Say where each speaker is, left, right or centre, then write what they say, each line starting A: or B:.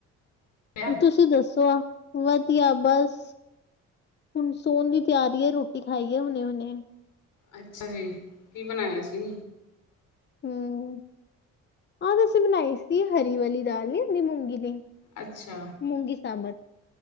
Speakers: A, on the left; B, on the left.
A: ਰਿਹਾ
B: ਤੁਸੀਂ ਦੱਸੋ ਆ? ਵਧੀਆ ਬਸ, ਹੁਣ ਸੋਣ ਦੀ ਤਿਆਰੀ ਹੈ ਰੋਟੀ ਖਾਈ ਹੈ ਹੁਣੇ- ਹੁਣੇ।
A: ਅੱਛਾ ਜੀ, ਕੀ ਬਣਾਇਆ ਸੀ?
B: ਹੂੰ ਆਜ ਅਸੀਂ ਬਣਾਈ ਸੀ ਹਰੀ ਵਾਲੀ ਦਾਲ ਨੀ ਹੂੰਦੀ ਮੂੰਗੀ ਦੀ।
A: ਅੱਛਾ।
B: ਮੂੰਗੀ ਸਾਬਤ,